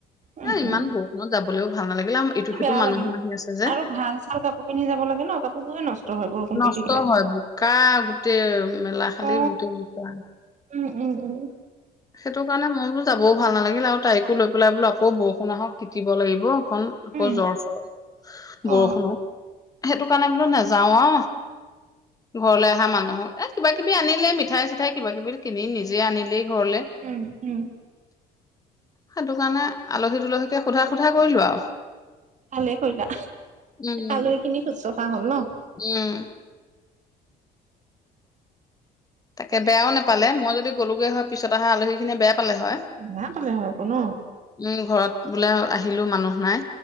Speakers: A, on the right; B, on the left.
A: উম
B: এ ইমান
A: উম
B: বৰুষুণত যাব ক'ক <unintelligible> ভাল নালাগিলে ইটো সিটো
A: বেয়া
B: মানুহো
A: লাগে ন
B: আহি আছে। যে
A: আৰু ভাল চাল কাপোৰ পিন্ধি যাব লাগে ন কাপোৰবোৰে নষ্ট হয় বৰষুণ
B: নষ্ট
A: পৰি থাকিলে
B: হয় বোকা গোটেই মেলা খালি
A: অ
B: গোটেই বোকা
A: উম উম উম
B: সেইটো কাৰণে মই বোলো যাবও ভাল নালাগিল আৰু তাইকো লৈ পেলাই বোলো আকৌ বৰষুণ আহক টিটিব লাগিব খন আকৌ
A: উম
B: জ্বৰ চৰ, বৰষুণত
A: অ
B: সেইটো কাৰণে বোলো নাযাও অ, ঘৰলৈ অহা মানুহক এ কিবা কিবি আনিলে মিঠাই চিঠাই কিবা কিবি কিনি নিজেই আনিলেই ঘৰলে
A: উম উম
B: সেইটো কাৰণে আলহী দুলহীকে সোধা সোধা কৰিলো আৰু
A: আালে কৰিলা,
B: উম
A: আলৈ খিনি শুশ্ৰষা হল ন
B: উম তাকে বেয়াও নাপালে মই যদি গলোগে হয়, পিছত আলহীখিনিয়ে বেয়া- পালে হয়,
A: বেয়া পালে হয় আকৌ ন
B: উম ঘৰত বোলে আহিলোঁ মানুহ নাই